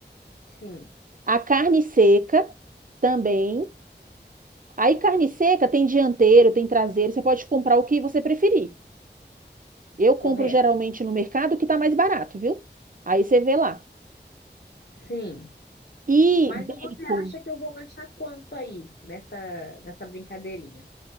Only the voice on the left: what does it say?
Sim,
correto.
Sim.
Mas
você acha que eu vou gastar quanto aí nessa, nessa brincadeirinha?